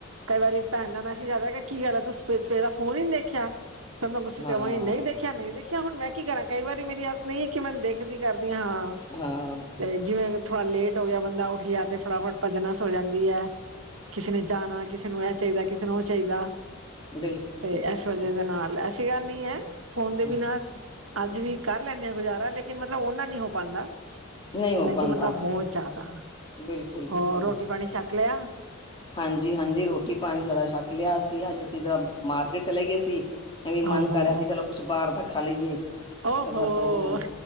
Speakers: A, on the right (about 80°); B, on the left (about 25°).
A: ਕਈ ਵਾਰੀ ਭੈਣ ਦਾ ਮੈਸੇਜ ਆਦਾ ਹੈ ਕਿ ਗੱਲ ਤੂੰਸੀ ਸਵੇਰਾ ਦਾ ਫੋਨ ਹੀ ਨਈ ਦੇਖਿਆ ਫਿਰ ਮੈਂ ਗੁੱਸੇਚ
B: ਹਾਂ
A: ਹੋਵੇਗੀ ਨਹੀਂ ਦੇਖਿਆ ਦੇਖਿਆ ਨਹੀਂ ਦੇਖਿਆ, ਹੁਣ ਮੈਂ ਕੀ ਕਰਾਂ ਕਈ ਵਾਰੀ ਮੇਰੀ ਆਦਤ ਨਈ, ਕਿ ਮੈਂ ਦੇਖਦੀ ਕਰਦੀ ਹਾਂ ਹਾਂ
B: ਹਾਂ
A: ਤੇ ਜਿਵੇਂ ਥੋੜਾ ਲੇਟ ਹੋ ਗਿਆ ਬੰਦਾ, ਉੱਠ ਗਿਆ ਤੇ ਫਟਾਫਟ ਭਜਨਸ ਹੋ ਜਾਂਦੀ ਹੈ, ਕਿਸੇ ਨੇ ਜਾਣਾ ਕਿਸੇ ਨੂੰ ਇਹ ਚਾਹੀਦਾ ਕਿਸੇ ਨੂੰ ਉਹ ਚਾਹੀਦਾ
B: ਬਿਲਕੁਲ
A: ਤੇ
B: ਜੀ ਬਿਲਕੁਲ
A: ਇਸ ਵਜਾ ਦੇ ਨਾਲ ਐਸੀ ਗੱਲ ਨੀ ਹੈ ਫੋਨ ਦੇ
B: ਹਾਂ
A: ਬਿਨਾਂ ਅੱਜ ਵੀ ਕਰ ਲੈਂਦੇ ਆਾਂ ਗੁਜ਼ਾਰਾ ਲੇਕਿਨ ਮਤਲਬ ਓਨਾ ਨ ਨਈ ਹੋ ਪਾਉਂਦਾ
B: ਨਹੀਂ ਹੋ
A: ਮੈਂ
B: ਪਾਉਂਦਾ
A: ਕਿ ਮਤਲਬ ਬਹੁਤ ਜ਼ਿਆਦਾ
B: ਬਿਲਕੁਲ ਬਿਲਕੁਲ
A: ਹੋਰ ਰੋਟੀ ਪਾਣੀ ਛੱਕ ਲਿਆ
B: ਹਾਂਜੀ, ਹਾਂਜੀ ਰੋਟੀ ਪਾਣੀ ਸਾਡਾ ਛੱਕ ਲਿਆ ਸੀ ਅੱਜ ਅਸੀਂ ਅੱਜ ਮਾਰਕੀਟ ਚਲੇ ਗਏ ਸੀ ਐਵੇਂ ਮਨ
A: ਆਹੋ
B: ਕਰ ਰਿਹਾ ਸੀ ਚਲੋ ਕੁਛ ਬਾਹਰ ਤਾਂ ਖਾ ਲਈਏ ਤੇ
A: ਓਹੋ
B: ਬਸ ਉਹ